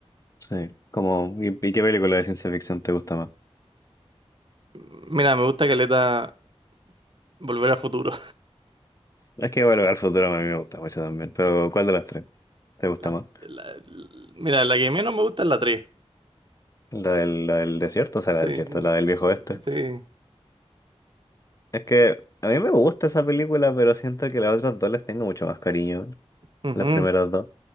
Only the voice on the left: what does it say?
Sí, como, ¿y, y qué película de ciencia ficción te gusta más?
Es que volver al futuro a mí me gusta mucho también, pero ¿cuál de las tres te gusta
más?
La del, la del desierto, o sea, la
del desierto,
la del viejo oeste.
Es que a mí me gusta esa película, pero siento que las otras dos les tengo mucho más cariño,
las primeras dos.